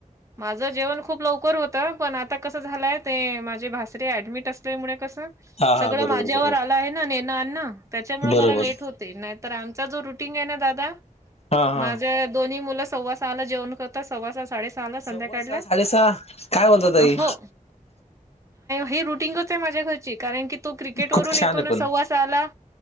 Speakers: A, on the right; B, on the left.
A: माझं जेवण खूप लवकर होतं. पण आता कसं झालंय, ते माझे भासरे ऍडमिट असल्यामुळे कसं
B: हा हा
A: सगळं
B: बरोबर
A: माझ्यावर
B: बरोबर
A: आलं आहे ना नेणं आणंन त्याच्यामुळे
B: बरोबर
A: मला लेट होतं. नाही तर आमचा जो रुटीन आहे ना दादा,
B: हा हा
A: माझे दोन्ही मुलं सव्वासहाला जेवतात. सव्वा सहा साडे सहा ला संध्याकाळला,
B: सव्वा सहा साडेसहा काय बोलता ताई
A: हो! ही रुटीनच आहे माझ्या घरची कारण की, तो क्रिकेट
B: खूप
A: वून येतो
B: छान आहे पण
A: सव्वासहाला, आला